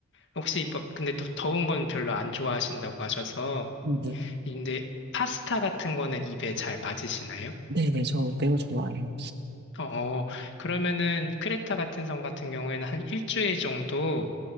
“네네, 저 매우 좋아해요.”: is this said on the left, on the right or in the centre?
Right